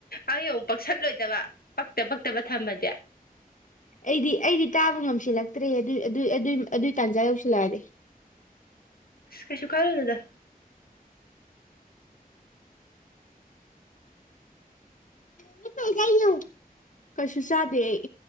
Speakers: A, on the left; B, on the left.
A: ꯑꯩ ꯑꯃꯨꯛ ꯄꯛꯁꯜꯂꯣꯏꯗꯕ ꯄꯛꯇ ꯄꯛꯇꯕ ꯊꯝꯃꯗꯤ꯫
B: ꯑꯩꯗꯤ ꯑꯩꯗꯤ ꯇꯥꯕ ꯉꯝꯁꯤꯜꯂꯛꯇ꯭ꯔꯦ ꯑꯗꯨꯏ ꯑꯗꯨꯏ ꯇꯥꯟꯖꯥ ꯌꯧꯁꯤꯜꯂꯛꯑꯗꯤ꯫
A: ꯀꯩꯁꯨ ꯈꯜꯂꯨꯅꯨꯗ꯫
B: ꯅ‌ꯦ ꯀꯩ ꯆꯥꯏꯅꯣ ꯀꯁꯨ ꯆꯥꯗꯦ ꯑꯩ꯫